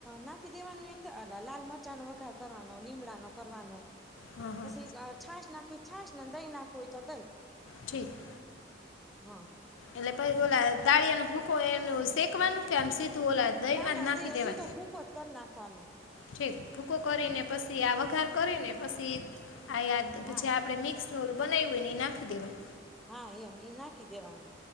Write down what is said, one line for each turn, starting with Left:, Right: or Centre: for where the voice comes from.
Centre: નાખી દેવાનું એમ થટ લાલ મરચા વઘાર કરવાનો, લીમડાનો કરવાનો
Left: હા હા
Centre: પછી છાશ નાખવી છાને દઈ નાખ હોય તોદય
Left: ઠી <unintelligible>
Centre: હા.
Left: એટલે પહી ઓલા દાળિયાનું હું એ શેકવાનું કેમ ઓ દહી
Centre: ના
Left: માં
Centre: ના
Left: જ નાખી દેવા
Centre: સીધો ભૂકો જ કરી નાખવાનો
Left: ઠીક ભૂકો કરીને પછી આ વઘાર કરીને પછી- તે આ યાદ
Centre: હા
Left: છે આપડે મિક્સ ચોલ બનાવી હોું ન નાખી દેવાનુ
Centre: હા એમ ઈ નાખી દેવાનું